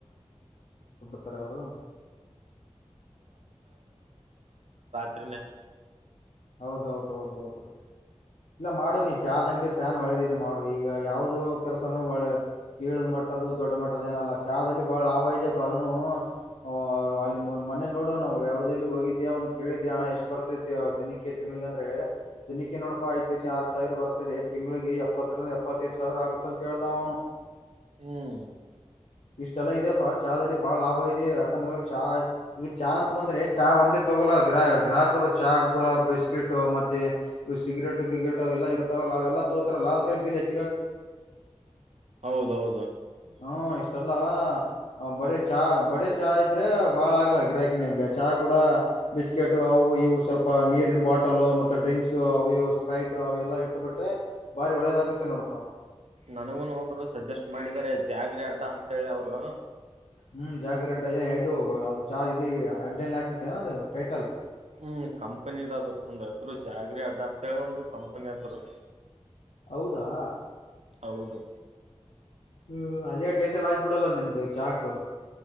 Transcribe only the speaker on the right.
ತ್ರಿನೆ
ಹ್ಮ್
ಹೌದೌದು.
ನನುಗೂನು ಒಬ್ರು ಸಜೆಸ್ಟ್ ಮಾಡಿದಾರೆ ಜಾಗ್ರಿ ಅಡ್ಡಾ ಅಂತೇಳಿ ಅವರು
ಹ್ಮ್ ಕಂಪನಿದದು ಒಂದ್ ಹೆಸರು ಜಾಗರಿ ಅಡ್ಡ ಅಂತೇಳಿ ಒಂದು ಕಂಪನಿ ಹೆಸರು.
ಹೌದು.